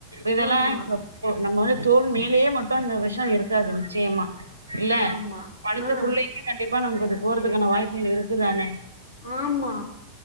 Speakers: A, on the right; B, on the left.
A: இதெல்லா
B: ஆமா
A: இப்ப இப்போ நம்ம வந்து தோல் மேலேயே மட்டு அந்த வெஷ இருக்காது நிச்சயமா இல்ல
B: ஆமா
A: பழத்துக்குள்ளயுமே
B: ஆ
A: கண்டிப்பா நமக் அது போறதுக்கான வாய்ப்புகள் இருக்குதானே
B: ஆமா